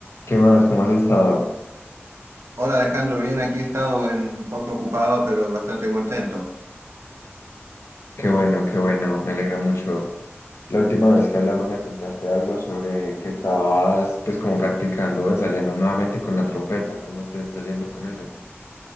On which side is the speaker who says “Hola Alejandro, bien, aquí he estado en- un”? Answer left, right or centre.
Right